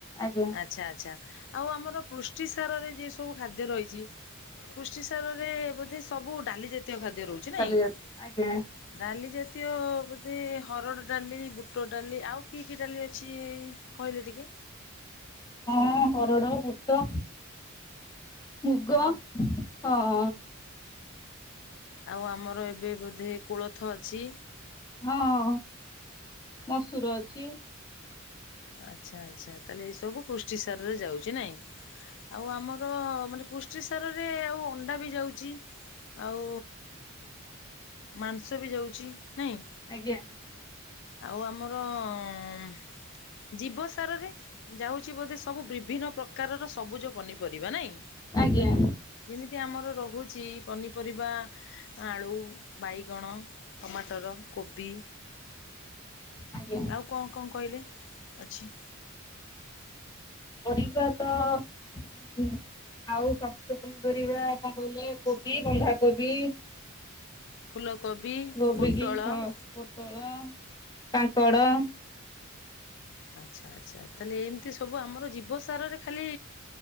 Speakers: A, on the left (about 20°); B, on the left (about 60°).
A: ଆଜ୍ଞା
B: ଆଚ୍ଛା ଆଚ୍ଛା। ଆଉ ଆମର ପୃଷ୍ଟିସାରରେ ଯେ ସବୁ ଖାଦ୍ୟ ରହିଛି ପୃଷ୍ଟିସାରରେ ବୋଧେ ସବୁ ଡାଲି ଜାତୀୟ। ଜାତୀୟ ଖାଦ୍ୟ ରହୁଛି ନାଇଁ ଡାଲି
A: ଜାତୀୟ
B: ଜା।
A: ଆଜ୍ଞା
B: ଡାଲିଜାତୀୟ ବୋଧେ ହରଡ ଡାଲି ବୁଟ ଡାଲି ଆଉ କି କି ଡାଲି ଅଛି କହିଲେ ଟିକେ।
A: ହଁ ହରଡ଼ ବୁଟ। ମୁଗ ହଁ।
B: ଆଉ ଆମର ଏବେ ବୋଧେ କୋଳଥ ଅଛି।
A: ହଁ ମସୁର ଅଛି।
B: ଆଚ୍ଛା ଆଚ୍ଛା ତାହେଲେ ଏ ସବୁ ପୃଷ୍ଟିସାରରେ ଯାଉଛି ନାଇଁ। ଆଉ ଆମର ମାନେ। ପୃଷ୍ଟିସାରରେ ଆଉ ଅଣ୍ଡା ବି ଯାଉଛି ଆଉ ମାଂସ ବି ଯାଉଛି। ନାଇଁ
A: ଆଜ୍ଞା।
B: ଆଉ ଆମର ଉଁ ଜୀବସାରରେ। ଯାଉଚି ବୋଧେ ସବୁ ବିଭିନ୍ନ ପ୍ରକାରର ସବୁଜ ପନିପରିବା ନାଇଁ
A: ଆଜ୍ଞା
B: ଯେମିତି ଆମର ରହୁଚି ପନିପରିବା ଆଳୁ ବାଇଗଣ ଟମାଟର କୋବି।
A: ଆଜ୍ଞା
B: ଆଉ କଅଁ କଅଁ କଇଲେ? ଅଛି।
A: ପରିବା ତ ଉଁ ଆଉ ସବୁ। <unintelligible> ପନି ପରିବା କଣ କଇଲେ? କୋବି ବନ୍ଧାକୋବି।
B: ଫୁଲକୋବି
A: ଗୋବିିକି
B: ପୋଟଳ
A: ହଁ ପୋଟଳ। କାଙ୍କଡ଼।
B: ଆଚ୍ଛା ଆଚ୍ଛା ତାହେଲେ ଏମତିସବୁ ଆମର ଜୀବସାରରେ ଖାଲି